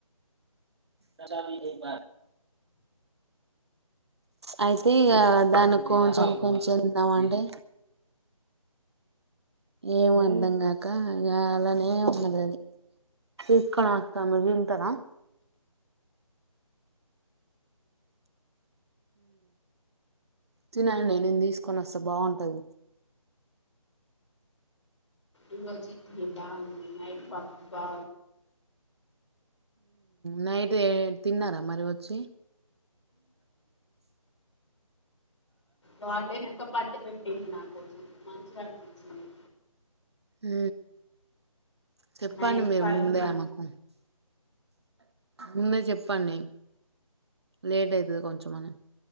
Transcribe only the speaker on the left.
ఇజీట్ద్దా నైట్ పకు బ
వాటే నెక్క పట్టి పెట్టింది నా కోసం మంచిగా అనిపించింది
నైట్
పదిన్నర